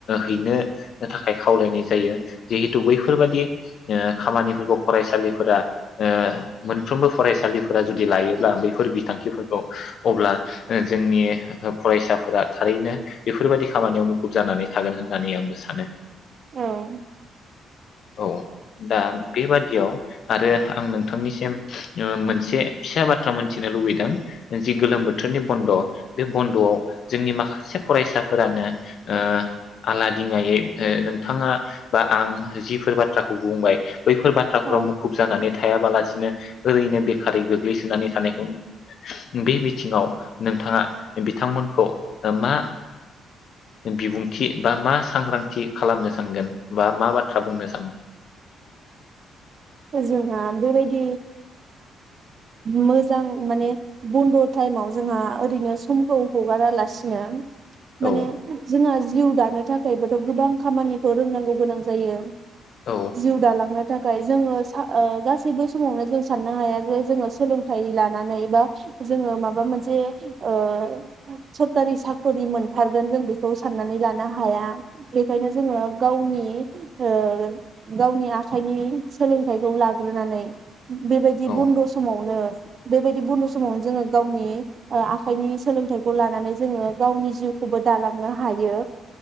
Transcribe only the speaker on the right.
औ
औ
जोंहा बेबायदि मोजां माने बन्द' टाइमाव जोंहा ओरैनो समखौ हगारालासिनो माने
जोंहा जिउ दानो थाखायबोथ' गोबां खामानिखौ रोंनांगौ गोनां जायो।
जिउ दालांनो। <unintelligible> जोङो सा गासैबो समावनो जों साननो हाया जे जोङो सोलोंथाइ लानानै बा जोङो माबा मोनसे ओ सरखारि साख'रि मोनथारगोन जों बेखौ साननानै लानो हाया बेखायनो जोङो गावनि ओ गावनि आखाइनि सोलोंथाइखौ लाग्रोनानै बेबायदि
बन्द' समावनो बेबायदि बन्द समावनो जोङो गावनि आखाइनि सोलोंथाइखौ लानानै जोङो गावनि जिउखौबो दालांनो हायो